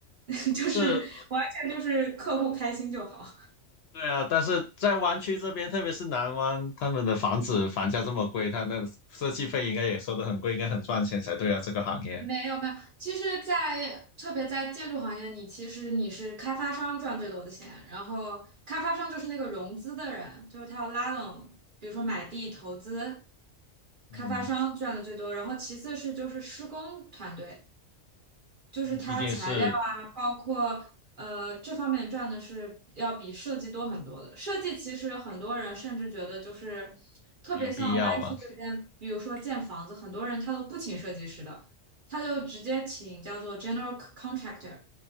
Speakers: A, on the right; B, on the left.
A: <laughs> 就是完全就是客户开心就好。
B: 就是对啊，但是在湾区这边，特别是南湾，他们的房子房价这么贵，他那设计费应该也收得很贵，应该很赚钱才对啊，这个行业。
A: 没有没有，其实在，特别在建筑行业，你其实你是开发商赚最多的钱，然后开发商就是那个融资的人，就是他要拉拢，比如说买地投资，
B: 嗯，
A: 开发商赚的最多，然后其次是就是施工团队。就是它材料啊，
B: 毕竟是
A: 包括呃这方面赚的是要比设计多很多的。设计其实很多人甚至觉得就是特别像湾区这边，
B: 没有必要嘛。
A: 比如说建房子，很多人他都不请设计师的，他就直接请叫做 general contractor，